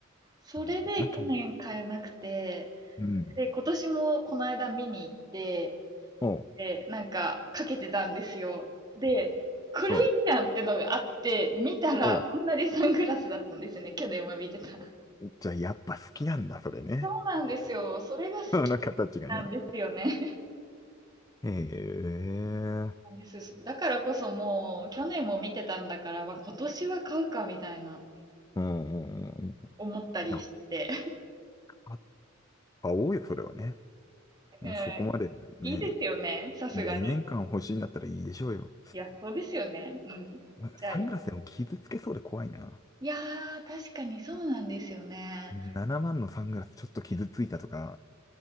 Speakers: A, on the right; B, on the left.
A: それで去年買えなくて、
B: えーなんかね、うん。
A: で、今年もこの間見に行って、
B: おう、
A: で、なんかかけてたんですよ。で、これいいじゃんってのがあって、
B: おう、
A: 見たら同じサングラスだったんですね。
B: おう。
A: 去年は見てた。
B: じゃあやっぱ好きなんだ、それね。
A: そうなんですよ。それが好き
B: <laughs> あの形がね。
A: なんですよね。
B: へえ。
A: <laughs> です。だからこそもう、去年も見てたんだから、まあ、今年は買うかみたいな
B: うんうんうんうん。い
A: 思ったりしてて。
B: や、あ買おうよ、それはね。
A: <laughs>
B: うんそこまでね、
A: うん、いいですよね。さすがに。
B: 2年間欲しいんだったらいいでしょうよ。
A: いや、そうですよね。うん。じゃあ、
B: サングラスでも傷つけそうで怖いな。
A: い、いやー、確かにそうなんですよね。
B: 7万のサングラスちょっと傷ついたとか、